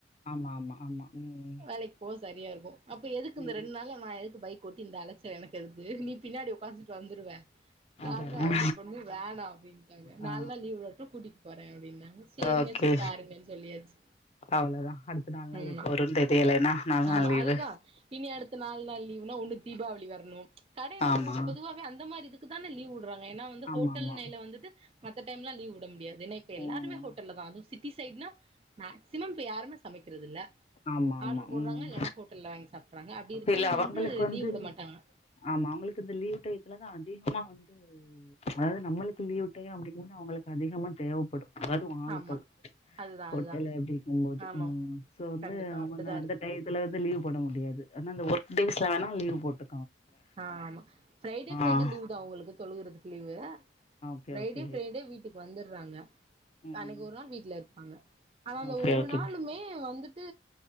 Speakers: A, on the left; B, on the right.
A: ஆமா ஆமா ஆமா உம் ம்
B: வேலைக்கு போக சரியா இருக்கும் அப்ப எதுக்கு
A: ம்
B: இந்த ரெண்டு நாள்ல நான் எதுக்கு பைக் கூட்டி இந்த அலைச்ச எனக்கு எதுகு நீ பின்னாடி உக்காந்துட்டு வந்துருவ நா
A: அதானே
B: தா அவதி பட்ணும் வேணாம் அப்படின்டாங்க
A: ஆ
B: நாலு நாள் லீவ் விளட்டும் கூட்டிட்டு போறேன் அப்படின்னாங்க செரிங்க
A: ஓகே
B: சரி பாருங்கன்னு சொல்லியாச்சு
A: அவ்ளோதா அடுத்த நாலு நாள்
B: உம்
A: எப்ப வரும்னு தெரியல ஏன்னா நாலு
B: ஆமா
A: நாள் லீவு
B: அதுதான் இனி அடுத்த நாலு நாள் லீவ்னா ஒன்னு தீபாவளி வர்ணும் கடைல்லாம்
A: ஆமா
B: பொதுவாவே அந்த மாரி இதுக் க்குதான லீவ் வுடுறாங்க ஏன்னா வந்து
A: ஆமா
B: ஹோட்டல்
A: ஆமா
B: நைய்ல வந்துட்டு மத்த டைம்லா லீவ் விட முடியத் னப் எல்லாருமே
A: ம்
B: ஹோட்டல்லா த சிட்டி சைட்னா மேக்சிமம் இப்ப யாருமே சமைக்கறது இல்ல
A: ஆமா ஆமா
B: ஆர்டர் போடுறாங்க
A: உம்
B: இல்லன்னா ஹோட்டல்ல வாங்கி சாப்ட்றாங்க அப்டி இருக்கையில
A: இல்ல அவங்களுக்கு வந்து
B: லீவ் விட மாட்டாங்க
A: ஆமா அவங்களுக்கு இந்த லீவு டையத்துலதா அதிகமா வந்து அதாவது நம்மளுக்கு லீவ் டையோ அப்படிங்போது அவங்களுக்கு அதிகமா தேவபடும் அதாவ்து ஆள்கள்
B: ஆமா அதுதா
A: ஹோட்டல
B: அதுதா
A: எப்டிக்கும்போது
B: ஆமா
A: உம் வந்து
B: கண்டிப்பா
A: அவங்க
B: அப்டிதா
A: அந்த
B: இருக்கு
A: டையத்ல அதாவ்து லீவ் போட முடியாது ஏனா இந்த ஒர்க் டேஸ்ல வேணா லீவ் போட்டு
B: ஆஹ் ஆமா ஃப்ரைடே ஃப்ரைடே
A: ஆ
B: லீவு் தா அவங்களுக்கு தொழுறதுக்கு leave
A: okay
B: Friday
A: okay
B: Friday வீட்டுக்கு வந்து றாங்க
A: ம்
B: அன்னைக்கு ஒரு நாள் வீட்டுல இருப்பாங்க ஆனா அந்த
A: ஓகே
B: ஒரு
A: ஓகே
B: நாளுமே வந்துட்டு